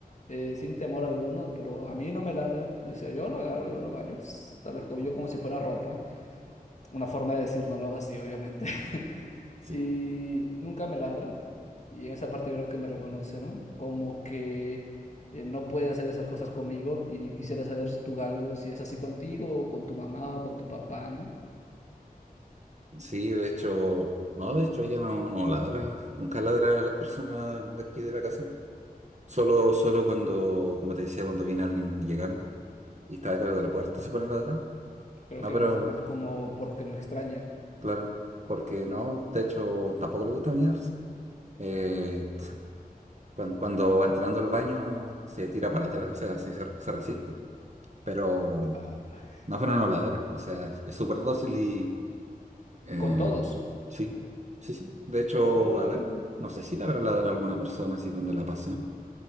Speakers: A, on the left (about 50°); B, on the right (about 50°).
A: eh, sin temor alguno, pero a mí no me ladra. Y, O sea, yo lo agarro, yo lo baño, tal lo escobillo como si fuera ropa una forma de decir no lo hago así, obviamente. <laughs>
B: sí.
A: Y nunca me ladra. Y en esa parte creo que me reconoce, ¿no? Como que eh, no puede hacer esas cosas conmigo. Y quisiera saber tú, Galgo, si es así contigo o con tu mamá o con tu papá, ¿no?
B: Sí, de hecho, no, de hecho ella no, no ladra, nunca ladra a las personas de aquí de la casa. Solo, solo cuando, como te decía, cuando viene alguien llegando y está detrás de la puerta se pone a ladrar.
A: Creo
B: No,
A: que
B: pero
A: eso es más como porque lo extraña.
B: claro, porque no, de hecho tampoco le gusta bañarse. Eh, Cuando, cuando va entrando al baño se tira para atrás, o sea, se, se resiste, pero
A: Ah,
B: no, pero no ladra, o sea, es es súper dócil y eh,
A: Con todos.
B: sí, sí, sí. De hecho,
A: Hoy.
B: a ver, no sé si le habrá ladrado a alguna persona así cuando la pasean.